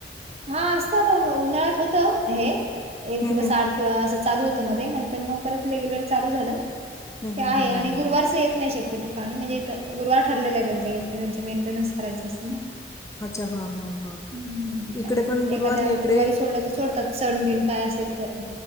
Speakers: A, on the right (about 35°); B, on the left (about 15°).
A: हा असतात उन्हाळ्यात होत हे एक
B: हम्म
A: दिवस
B: हम्म
A: आड किंवा असं चालू होतं मध्ये नंतर मग परत रेग्युलर चालू झालं.
B: हम्म
A: ते आहे
B: हम्म हम्म
A: आणि
B: हम्म हम्म
A: गुरुवारच येत नाही शक तो पाणी म्हणजे गुरुवार ठरलेला आहे त्यांचा त्यांच मेंटेनन्स करायं असतं ना.
B: अच्छा हा हां हां
A: हम्म, त्यामुळे
B: इकडे पण गुरुवार
A: एखाद्या
B: नाही
A: गुरुवारी
B: इकडे
A: सोडलं सोडतात सण बिण काय असेल तर.